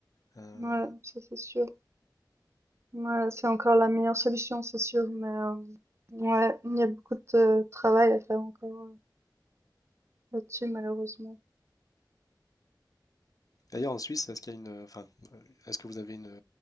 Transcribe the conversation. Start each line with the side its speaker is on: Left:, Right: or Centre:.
Left: Euh,
Right: Ouais, ça c'est sûr. Ouais, c'est encore la meilleure solution, c'est sûr, mais euh, ouais, il y a beaucoup de euh, travail à faire encore euh, là-dessus, malheureusement.
Left: D'ailleurs, en Suisse, est-ce qu'il y a une, euh, enfin, euh, est-ce que vous avez une,